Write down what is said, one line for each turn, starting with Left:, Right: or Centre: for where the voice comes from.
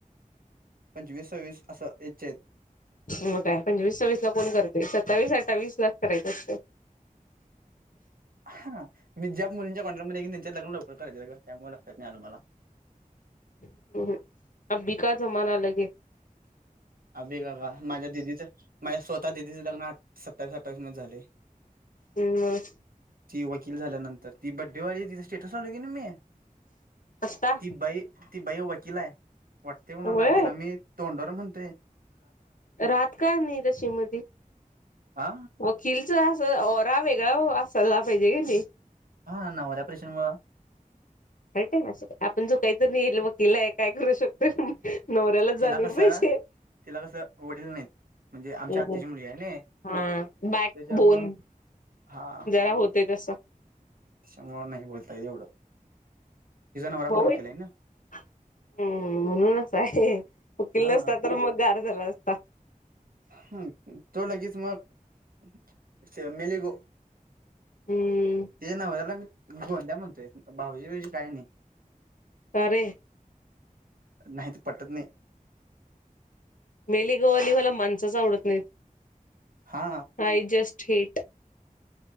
Right: पंचवीस सव्वीस असं येजच्या आहेत.
Left: मग काय पंचवीस सव्वीस ला कोण करतेय. सत्तावीस अठ्ठावीस लाच करायचं असतं.
Right: हा मी ज्या मुलींच्या कॉन्टॅक्ट मध्ये आहे त्यांच्या लग्न लवकर करत्यात ग, त्यामुळे लक्षात नाही आलं मला.
Left: हम् हम <unintelligible>
Right: अभी का का माझ्या दिदीचं माझ्या स्वतः दिदीचं लग्न आ सत्तावीस अठ्ठवीस मध्ये झाले.
Left: हम् मग
Right: ती वकील झाल्यानंतर ती बड्डेवली तिचा स्टेटस आ की मी
Left: असता
Right: ती बाई ती बाई वकिल आहे. वाटते कोणाला.
Left: होय
Right: तिला मी तोंडवर म्हणतेय
Left: राहत का नाही मग ती तशी?
Right: हा
Left: वकीलचा अस ओरा वेगळा असायला पाहिजे की नाही.
Right: हां नवऱ्या च्या प्रेशर मुळ
Left: काय तर असतय. आपली बायको वकील आहे काय करू शकतोय. नवऱ्याला जाणीव
Right: तिला कसं
Left: पाहिजे.
Right: तिला कसं वडील नाहीत. म्हणजे आमच्या
Left: हम्म
Right: आत्याची
Left: हम्म
Right: मुलगी आहे ना
Left: हा बॅक
Right: त्याच्यामुळं
Left: बोन
Right: हा
Left: जरा होते तसं.
Right: त्याच्यामुळे नाही बोलता येत तेवढं. नवरा पण
Left: भाऊ
Right: वकील आहे ना.
Left: हम्म म्हणून अस आहे. वकील
Right: हा
Left: नसता तर मग गार झाला असता.
Right: हम तो लगेच मग फॅमिली गो
Left: हम्म
Right: तिच्या नवऱ्याला मी धोंड्या म्हणतोय. भाऊजी बिउजी काय नाही.
Left: का रे?
Right: नाहीती पटत नाही
Left: मेली गवाली मला माणसच आवडत नाही.
Right: हा
Left: आय जस्ट हेट